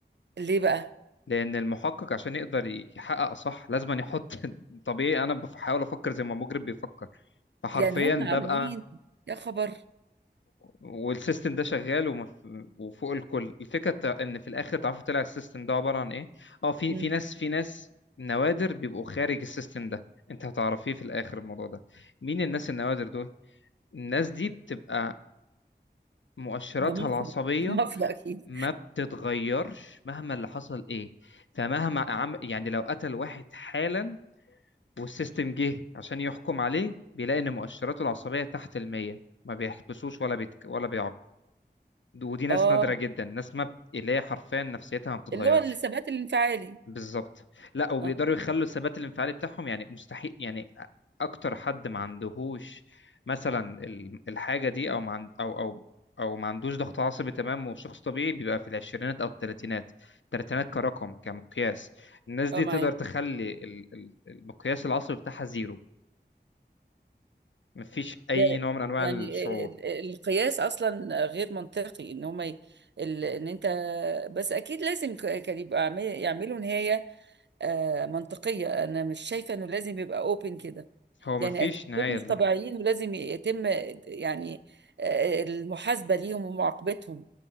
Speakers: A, on the right (about 70°); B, on the left (about 85°).
A: ليه بقى
B: لان المحقق عشان يقدر يحقق صح لازم أن يحط <laughs> طبيعي انا بحاول افكر زي ما المجرم بيفكر فحرفيا
A: يعني هم
B: ببقى
A: عاملين يا خبر
B: والسيستم ده شغال ومف... وفوق الكل الفكره بتاع- ان في الاخر تعرفوا طلع السيستم ده عباره عن ايه اه في
A: امم
B: في ناس في ناس نوادر بيبقوا خارج السيستم ده انت هتعرفيه في الاخر الموضوع ده مين الناس النوادر دول الناس دي بتبقى مؤشراتها
A: ده مفيد
B: العصبيه
A: <laughs> مافيا اكيد
B: ما بتتغيرش مهما اللي حصل ايه فمهما عم... يعني لو قتل واحد حالا والسيستم جه عشان يحكم عليه بيلاقي ان مؤشراته العصبيه تحت المية ما بيحبسوش ولا بيتك... ولا بيعاقب ودي ناس
A: اه
B: نادره جدا ناس ما بت... اللي هي حرفيا نفسيتها ما بتتغيرش
A: اللي هو الثبات الانفعالي
B: بالظبط لا وبيقدروا
A: اه
B: يخلوا الثبات الانفعالي بتاعهم يعني مستحيل يعني أ- اكتر حد ما عندهوش مثلا ال- الحاجه دي او ما عند... او او او ما عندوش ضغط عصبي تمام وشخص طبيعي بيبقى في العشرينات او الثلاثينات الثلاثينات كرقم كمقياس الناس دي
A: اه معايا
B: تقدر تخلي ال- ال- المقياس العصبي بتاعها زيرو مفيش اي
A: ده
B: نوع من انواع
A: يعني
B: الشعور
A: ال- ال- القياس اصلا غير منطقي ان هم ي... ال... ان انت بس اكيد لازم ك- كان يبقى عامل- يعملوا نهايه آه، منطقية أنا مش شايفة إنه لازم يبقى أوبن كده
B: هو مفيش
A: يعني أكيد
B: نهايه
A: دول مش
B: لده
A: طبيعيين ولازم يتم يعني آه، المحاسبة ليهم ومعاقبتهم